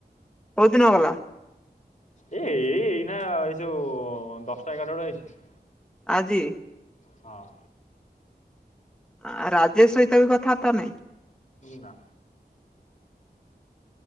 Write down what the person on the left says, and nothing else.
ଏ ଏଇ ଏଇନା ଏଯୋଉ ଦଶଟା ଏଗାରଟା ବେଳେ ଯାଇଚି।
ହଁ।
ନା।